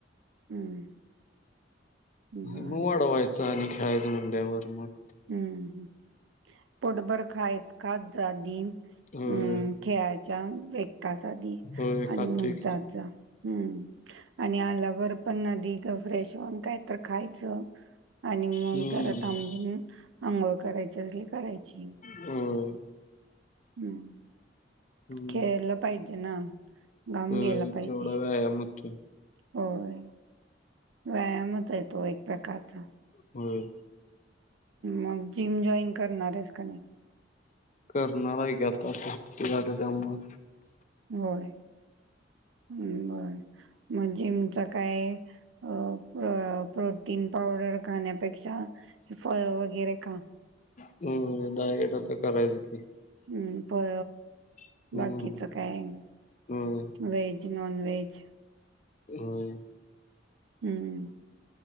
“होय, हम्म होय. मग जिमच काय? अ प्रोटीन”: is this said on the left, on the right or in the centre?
Right